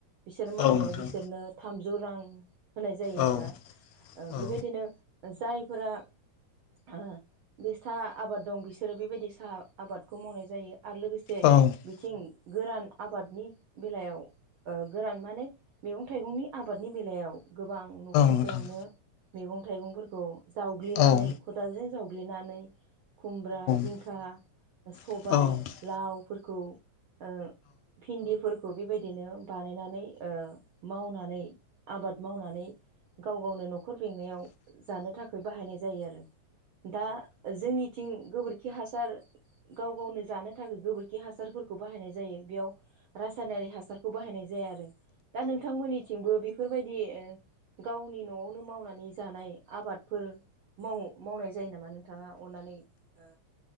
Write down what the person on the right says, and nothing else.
बिसोर मावनायाव
बिसोरनो थामजौ रां होनाय जायो
आरोना
बेबायदिनो जायफोरा ओ बे साहा आबाद दं बिसोरो बेबायदि साहा आबादखौ मावनाय जायो आरो लोगोसे से
बिथिं गोरान आबादनि बेलायाव गोरान माने मैगं थाइगंनि आबादनि बेलायाव। गोबां न'खरफोरावनो
मैगं थाइगंफोरखौ जावग्लिनानै
खदालजों जावग्लिनानै खुमब्रा जिंखा
सबाय
लावफोरखौ ओ भिन्दिफोरखौ बेबायदिनो बानायनानै ओ मावनानै आबाद मावनानै गाव गावनो न'खर बेंनायाव जानो थाखाय बाहायनाय जायो आरो। दा जोंनिथिं गोबोरखि हासार गाव गावनो जानो थाखाय गोबोरखि हासारफोरखौ बाहायनाय जायो बेयाव रासायनारि हासारखौ बाहायनाय जाया आरो दा नोंथांमोननिथिंबो बेफोरबायदि ओ गावनि न'आवनो मावनानै जानाय आबादफोर माव मावनाय जायो नामा नोंथाङा अननानै ओ